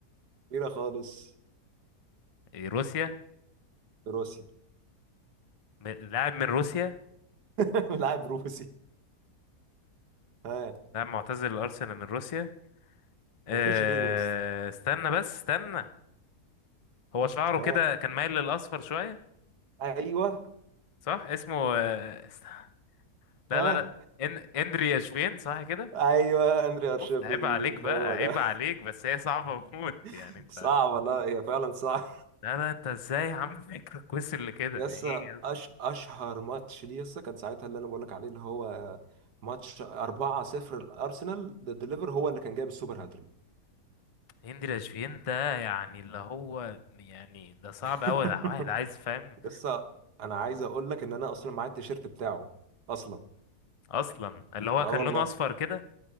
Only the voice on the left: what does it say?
روسيا
م- لاعب من روسيا
لاعب معتزل الأرسنال من روسيا آه
استنى بس استنى هو شعره
كده كان مايل للأصفر شوية
صح اسمه آه است... لا
لا لا إن... اندري ياشفين صح كده
عيب عليك بقى
عيب
عليك بس هي صعبة موت يعني
انت
لا لا انت ازاي عامل فكرك وصل لكده
ايه
هند رشفين ده يعني اللي هو يعني ده صعب
قوي ده واحد عايز فاهم
اصلا اللي هو
كان
لونه اصفر كده